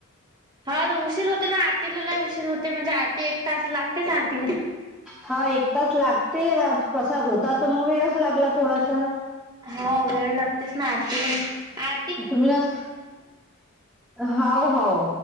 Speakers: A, on the right; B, in the centre.
A: हा तर उशीर होते ना आरतीला ल उशीर होते म्हणजे आरती एक तास लागतेच आरतीले.
B: हा एक तास लागते आज प्रसाद होता तर मग वेळच लागला थोडासा.
A: हा वेळ लागतेस ना आरती आत
B: तुम्ही नच? हव हव.